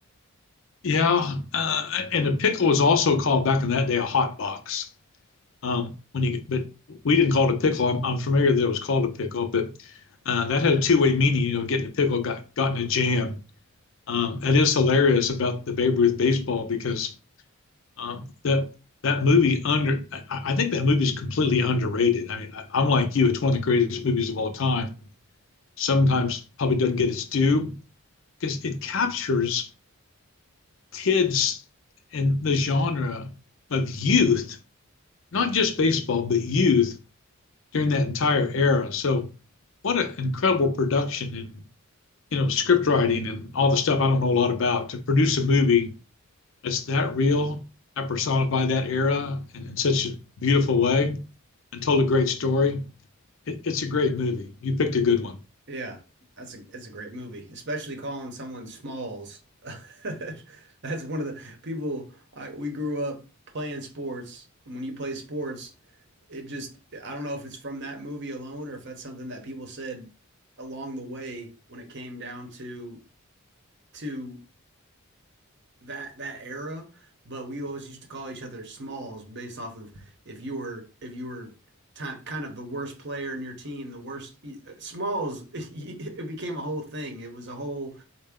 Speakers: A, on the left; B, on the right.
A: it, yeah. Uh, and a pickle was also called back in that day a hot box. Um, when you but we didn't call it a pickle. I'm, I'm familiar that it was called a pickle, but uh, that had a two way meaning. You know, getting a pickle got got in a jam. Um, that is hilarious about the Babe Ruth baseball because um, that that movie under I, I think that movie is completely underrated. I mean, I, I'm like you; it's one of the greatest movies of all time. Sometimes probably doesn't get its due because it captures kids in the genre of youth, not just baseball, but youth during that entire era. So, what an incredible production and you know script writing and all the stuff I don't know a lot about to produce a movie that's that real, that personified that era and in such a beautiful way, and told a great story. It, it's a great movie. You picked a good one.
B: Yeah, that's a it's a great movie, especially calling someone Smalls. <laughs> That's one of the people I we grew up playing sports, and when you play sports, it just I don't know if it's from that movie alone or if that's something that people said along the way when it came down to to that that era, but we always used to call each other smalls based off of if you were if you were ti- kind of the worst player in your team, the worst smalls. <laughs> It became a whole thing. It was a whole